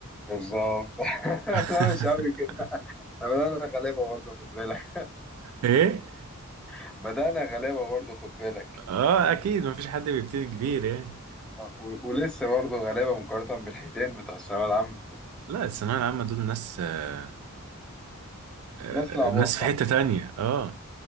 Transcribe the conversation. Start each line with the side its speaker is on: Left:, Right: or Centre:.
Centre: بالظبط <laughs>
Right: <laughs>
Centre: لا مش قوي كده احنا بدأنا غلابة برضه خد بالك
Right: ايه
Centre: <laughs> بدأنا غلابة برضه خد بالك
Right: اه اكيد مفيش حد بيبتدي كبير يعني
Centre: آه، و... ولسه برضه غلابة مقارنة بالحيتان بتوع الثانوية العامة
Right: لا الثانوية العامة دول ناس آه آه
Centre: ناس لعبوها
Right: ناس
Centre: صح
Right: في حتة تانية اه